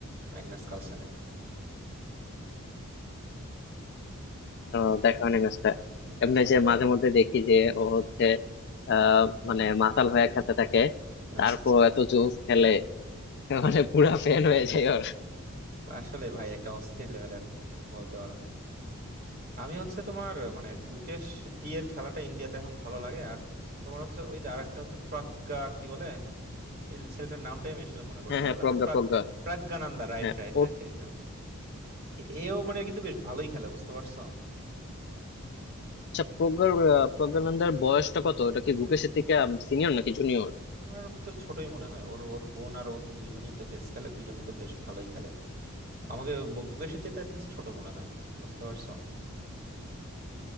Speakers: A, on the right; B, on the left.
A: ম্যাগনাস কার্লসেনের
B: আহ, দেখা হয় নাই ম্যাচটা
A: ম্যাচটা
B: এমনি যে
A: দেখো
B: মাঝে
A: না
B: মধ্যে দেখি যে ও হচ্ছে আহ মানে মাতাল হয়ে খেতে থাকে
A: আচ্ছা
B: তারপর
A: আচ্ছা
B: এত জোস খেলে মানে পুরা ফ্যান হয়ে যায় ওর
A: আসলে ভাই একটা অস্থির লেভেলের বলতে পারো আমি হচ্ছে তোমার মানে গুকেশ ডি এর খেলাটা ইন্ডিয়াতে এখন ভালো লাগে আর তোমার হচ্ছে ওই যে আরেকটা হচ্ছে প্রজ্ঞা কি বলে এই ছেলেটার নামটাই আমি আসলে মনে করতে
B: হ্যাঁ হ্যাঁ
A: পারলাম
B: প্রজ্ঞা
A: না Pragg
B: প্রজ্ঞা
A: Praggnanandhaa right
B: হ্যাঁ
A: right
B: ও
A: right right এও মানে কিন্তু বেশ ভালোই খেলে বুঝতে পারছো
B: আচ্ছা প্রজ্ঞার আহ, প্রজ্ঞানন্দার বয়সটা কত ওটা কি গুকেশ থেকে সিনিয়র নাকি জুনিয়র
A: আমার তো ছোটই মনে হয় ওর ওর বোন আর ও তো দুজনই তো চেস খেলে দুজনই তো বেশ ভালোই খেলে আমাকে ব- গুকেশের চেয়ে অ্যাটলিস্ট ছোট মনে হয় বুঝতে পারছো